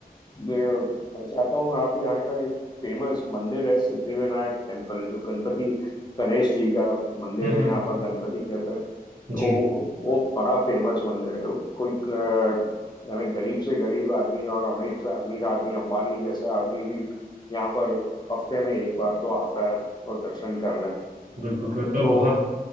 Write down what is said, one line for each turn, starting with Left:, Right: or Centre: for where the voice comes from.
Left: मैं चाहता हूँ आप यहाँ का एक फेमस मंदिर है सिद्धिविनायक टेम्पल जो गणपति गणेश जी का मंदिर
Right: हम्म
Left: है
Right: हम्म
Left: यहाँ पर गणपति कहते हैं तो
Right: जी
Left: वो बड़ा फेमस मंदिर है कोई अ, यानी गरीब से गरीब आदमी और अमीर से अमीर आदमी अंबानी जैसा आदमी भी यहाँ पर हफ्ते में एक बार तो आता है और दर्शन करने
Right: बिल्कुल फिर तो
Left: तो
Right: बहुत